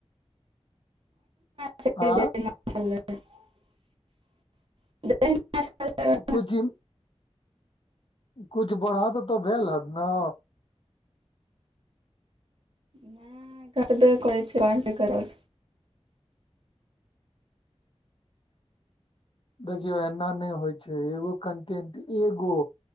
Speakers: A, on the right; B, on the left.
A: <unintelligible>
B: आ कुकुर छैन कुछ बढ़त तऽ भेल हेत ने
A: नै सबटा करै छि वाड स करब
B: देखियौ एना नै होय छै एगो कन्टेन्ट एगो